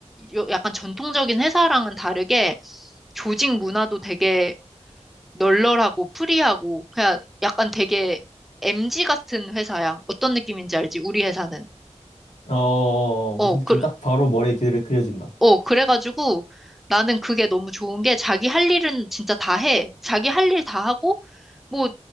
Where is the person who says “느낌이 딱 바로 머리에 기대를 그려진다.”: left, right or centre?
Left